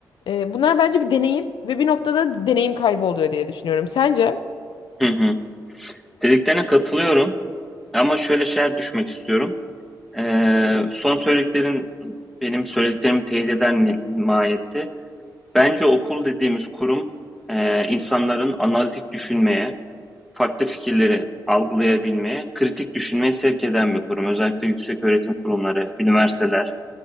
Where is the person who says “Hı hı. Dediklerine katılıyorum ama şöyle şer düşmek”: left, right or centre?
Centre